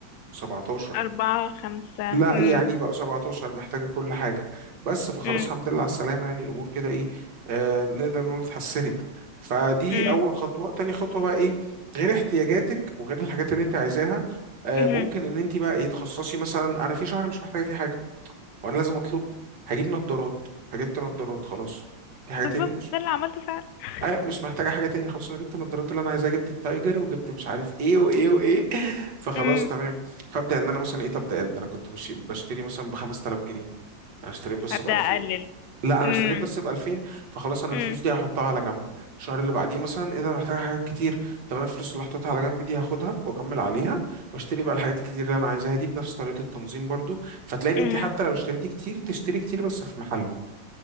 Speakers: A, on the right; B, on the left.
A: 17
B: أربعة خمسة
A: لا
B: امم
A: يعني بقوا 17 محتاجة كل حاجة بس فخلاص
B: امم
A: الحمد لله على السلامة يعني الأمور كده إيه آه نقدر نقول اتحسنت فدي
B: امم
A: أول خطوة تاني خطوة بقى إيه غير احتياجاتك وغير الحاجات اللي أنت عايزاها آه
B: امم
A: ممكن إن أنت بقى إيه تخصصي مثلا أنا في شهر مش محتاجة فيه حاجة وأنا لازم أطلب هجيب نظارات فجبت نظارات خلاص في حاجة
B: بالظبط
A: تاني مش
B: ده اللي عملته فعلا <laughs>
A: ايوه مش محتاجه حاجه تاني خلاص انا جبت النضارات اللي انا عايزها جبت التايجر وجبت مش عارف ايه وايه وايه <laughs> فخلاص
B: امم
A: تمام فابدا ان انا مثلا ايه طب ده ده انا كنت بش- بشتري مثلا ب 5000 جنيه انا اشتريت بس
B: هبدأ
A: ب 2000
B: أقلل
A: لا
B: امم
A: انا اشتريت بس ب 2000 فخلاص انا
B: امم
A: الفلوس دي هحطها على جنب الشهر اللي بعديه مثلا ايه ده أنا محتاجه حاجات كتير طب انا الفلوس اللي حطيتها على جنب دي هاخدها واكمل عليها واشتري بقى الحاجات الكتير اللي انا عايزاها دي بنفس طريقه التنظيم برضو فتلاقي ان
B: امم
A: انت حتى لو اشتريتي كتير تشتري كتير بس في محله